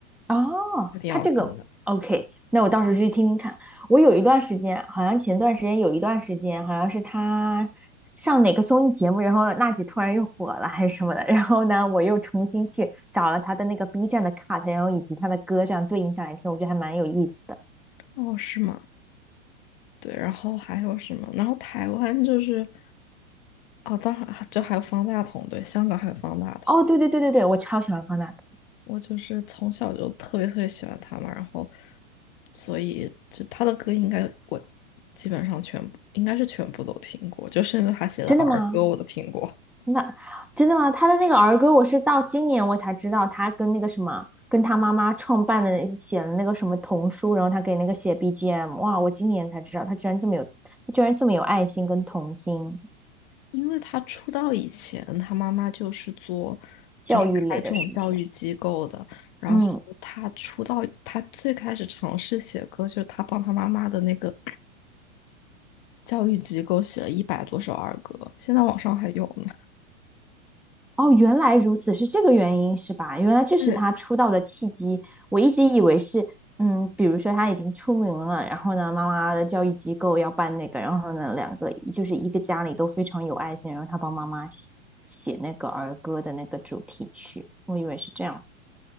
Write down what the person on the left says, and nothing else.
还挺好听的。
哦，是吗？对，然后还有什么？然后台湾就是，哦，当然就还有方大同，对，香港还有方大同。
我就是从小就特别特别喜欢他嘛，然后所以就他的歌应该我基本上全部应该是全部都听过，就甚至他写的儿歌我都听过。
因为他出道以前，他妈妈就是做就是开这种教育机构的，
然后他出道，
他最开始尝试写歌，就是他帮他妈妈的那个教育机构写了一百多首儿歌，现在网上还有呢。<laughs>
对，